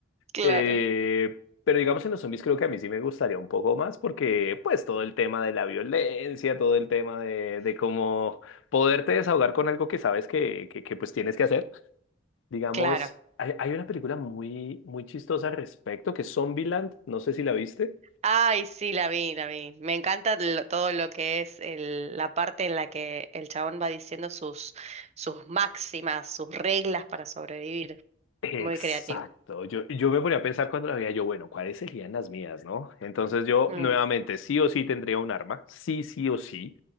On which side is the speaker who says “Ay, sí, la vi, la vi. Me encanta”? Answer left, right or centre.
Right